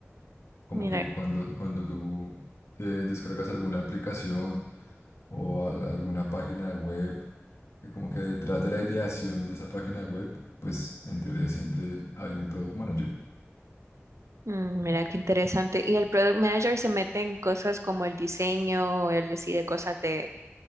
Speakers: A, on the left; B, on the right.
A: Como
B: Mira,
A: que cuando, cuando tú eh, descargas alguna aplicación o a- alguna página web, que como que detrás de la ideación de esa página web, pues en teoría siempre hay un product manager.
B: mm, mira qué interesante. Y el product manager se mete en cosas como el diseño, él decide cosas de,